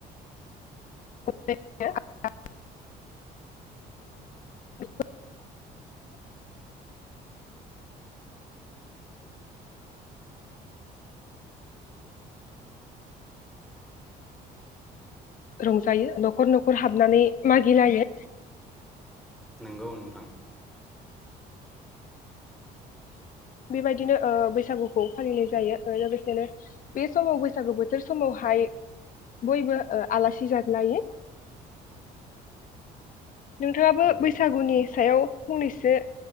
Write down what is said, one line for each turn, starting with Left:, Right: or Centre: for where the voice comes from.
Left: <unintelligible> रंजायो न'खर न'खर हाब हाबनानै मागिलायो
Centre: नंगौ नोंथां
Left: बेबायदिनो ओ बैसागुखौ फालिनाय जायो लोगोसेनो बे समाव बैसागु बोथोर समावहाय बयबो ओ आलासि जादलायो नोंथाङाबो
Centre: नोंगौ
Left: बैसागुनि
Centre: नोंथां
Left: सायाव फंनैसो